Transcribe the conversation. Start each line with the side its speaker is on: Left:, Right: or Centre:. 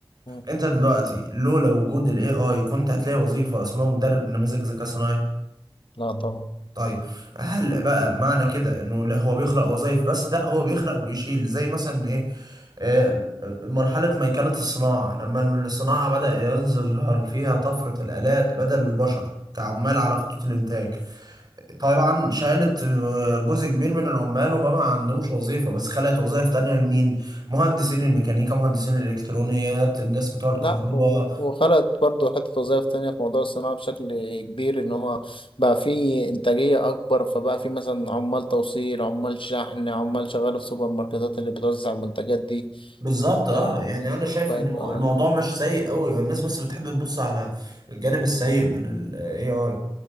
Left: مم.
Right: انت دلوقتي لولا وجود الاي اي كنت هتلاقي وظيفة اسمها مدرب نماذج ذكاء صناعي
Left: لا طبعا
Right: طيب هل بقى معنى كده انه لا هو بيخلق وظائف بس لا هو بيخلق وبيشيل زي مثلا ايه آه، مرحلة ميكنة الصناعة لما الصناعة بدأ يظهر فيها طفرة الآلات بدل البشر كعمال على خطوط الإنتاج طبعا شالت آه، جزء كبير من العمال وما ما عندهمش وظيفة بس خلقت وظائف تانية لمين؟ مهندسين الميكانيكا مهندسين الإلكترونيات الناس بتوع الكهرباء
Left: لا و- وخلقت برضه حتة وظائف تانية في موضوع الصناعة بشكل كبير إن هو بقى فيه إنتاجية أكبر فبقى فيه مثلا عمال توصيل عمال شحن عمال شغال في سوبر ماركتات اللي بتوزع المنتجات دي
Right: بالظبط اه
Left: آه،
Right: يعني انا
Left: بقت
Right: شايف ان
Left: آه،
Right: الموضوع مش سيء قوي الناس بس بتحب تبص على الجانب السيء من الاي اي